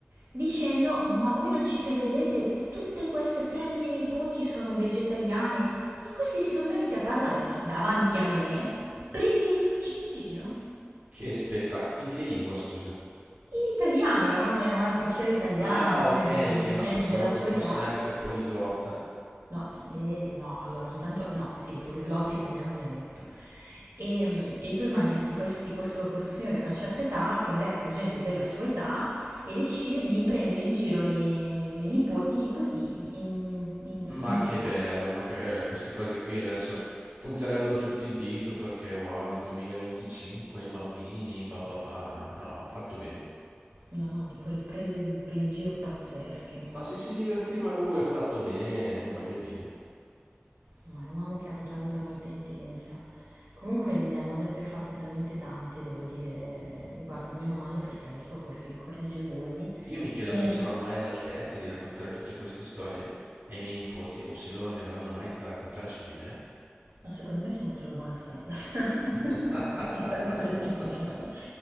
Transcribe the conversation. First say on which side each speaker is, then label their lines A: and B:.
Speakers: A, on the right; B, on the right.
A: dicendo: Ma voi non ci crederete, tutte queste tre mie nipoti sono vegetariane. E questi si sono messi a parlare davanti a me, prendendoci in giro.
B: Che spettacolo. In che lingua, scusa?
A: In italiano, eravamo in una crociera italiana
B: Ah,
A: piena
B: ok,
A: di,
B: ok,
A: di
B: no,
A: gente
B: pensavo
A: della
B: che
A: sua
B: fosse
A: età
B: anche poliglotta.
A: No, s ehm, no, allora ogni tanto no, sì, poliglotta italiano dialetto. Ehm, e tu immaginati questi questo questo signore di una certa età che becca gente della sua età e decide di prendere in giro le le nipoti così in in
B: Ma
A: in gruppo.
B: che bello, ma che bello. Queste cose qui adesso punterebbero tutti il dito perché, wow, nel 2025 i bambini, bababà, ma no, ha fatto bene.
A: No, no, di quelle prese p in giro pazzesche,
B: Ma se si divertiva lui, ha fatto bene, voglio dire.
A: ma è un uomo che ha avuto una vita molto intensa. Comunque ne hanno dette e fatte talmente tante, devo dire, guarda, meno male perché adesso ho questi ricordi gioiosi.
B: Io mi chiedo
A: Ehm
B: se sarò mai all'altezza di raccontare tutte queste storie ai miei nipoti o se loro ne avranno mai da raccontare su di me.
A: No, secondo me siamo sulla buona strada. <laughs>
B: <laughs>
A: Ogni tanto ci penso.